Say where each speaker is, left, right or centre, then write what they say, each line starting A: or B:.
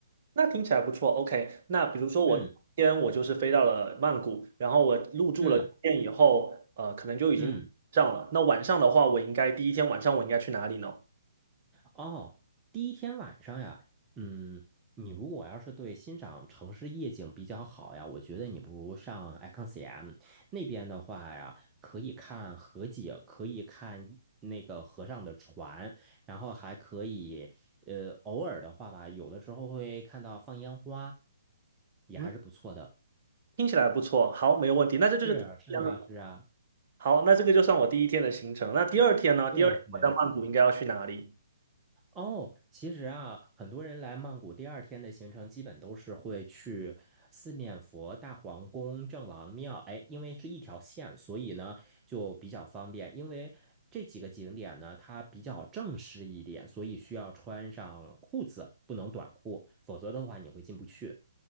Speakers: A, on the right (about 40°); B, on the right (about 15°).
A: 那听起来不错，OK。那比如说我今天我就是飞到了曼谷，
B: 嗯
A: 然后我入住了酒店以后，
B: 嗯
A: 呃，可能就已经上了。
B: 嗯。
A: 那晚上的话，我应该第一天晚上我应该去哪里呢？
B: 哦，第一天晚上呀，嗯，你如果要是对欣赏城市夜景比较好呀，我觉得你不如上 ICONCM 那边的话呀，可以看河景，可以看一那个河上的船，然后还可以，呃，偶尔的话吧，有的时候会看到放烟花，也还是不错的。
A: 嗯。听起来不错，好，没有问题。那这就是第一天了。
B: 是啊，是啊，是啊，
A: 好，那这个就算我第一天的行程。那第二天呢？
B: 对对。
A: 第二天我在曼谷应该要去哪里？
B: 哦，其实啊，很多人来曼谷第二天的行程基本都是会去四面佛、大皇宫、郑王庙。哎，因为是一条线，所以呢就比较方便。因为这几个景点呢，它比较正式一点，所以需要穿上裤子，不能短裤，否则的话你会进不去。